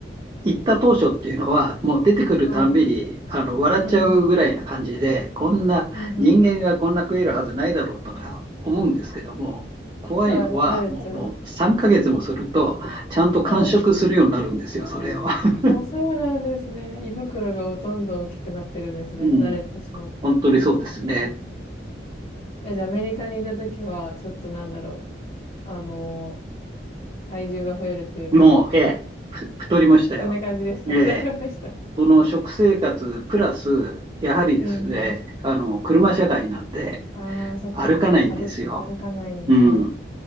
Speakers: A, on the right; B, on the left.
A: 行った当初っていうのは、もう出てくるたんびにあの笑っちゃうぐらいな感じで、
B: はい。うんうん。
A: こんな人間がこんな食えるはずないだろうとか思うんですけども、
B: うんうん。
A: 怖いのはもう、
B: はい。慣れちゃう。
A: もう3ヶ月もすると、ちゃんと完食するようになるんですよ、
B: はい。ええ
A: それを。<laughs>
B: あ、そうなんですね。胃袋がどんどん大きくなってるんですね。
A: うん、
B: 慣れてしまって。
A: 本当にそうですね。
B: え、じゃあアメリカにいたときは、ちょっとなんだろう。あのー体重が増えるというか、
A: もう、ええ、ふ太りましたよ。
B: そんな感じでした。
A: ええ、
B: <laughs> そうました。
A: その食生活プラス、やはりですね、
B: うんうん。
A: あの車社会なんで、
B: ああ、そっかそっか。
A: 歩かないんですよ。
B: 歩、歩かないんですね。
A: うん